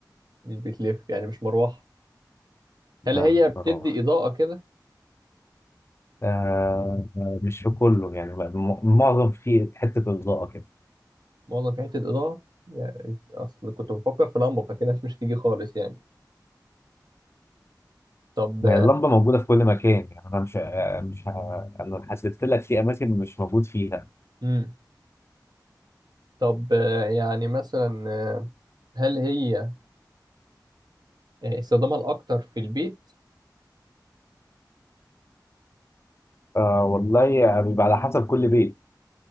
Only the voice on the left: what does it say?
لا
مش
مروحه
آه مش في كله يعني م- معظم في حته اضاءه كده
ما هي اللمبه موجوده في كل مكان يعني انا مش آه، مش ه- انا حسيت لك في اماكن مش موجود فيها
آه والله يعني بيبقى على حسب كل بيت